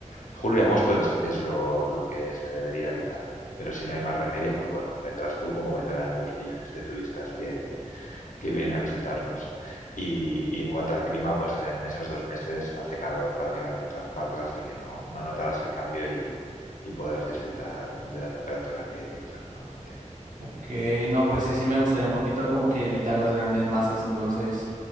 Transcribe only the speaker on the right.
Ok, no, pues sí, sí me gustaría un poquito como que evitar las grandes masas, entonces,